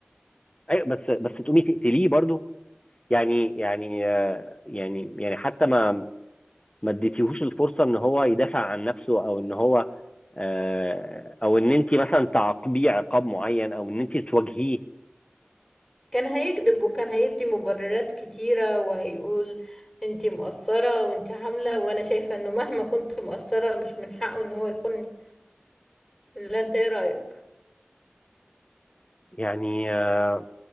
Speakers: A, on the left; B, in the centre.
A: ايوه بس بس تقومي تقتليه برضو يعني يعني آه، يعني يعني حتى ما ما اديتيهوش الفرصه ان هو يدافع عن نفسه او ان هو آه، او ان انت مثلا تعاقبيه عقاب معين او ان انت تواجهيه
B: كان هيكذب وكان هيدي مبررات كتيرة وهيقول انتي مقصرة وانتي عاملة وانا شايفة انه مهما كنت مقصرة مش من حقه ان هو يخوني لا انت ايه رأيك
A: يعني آه،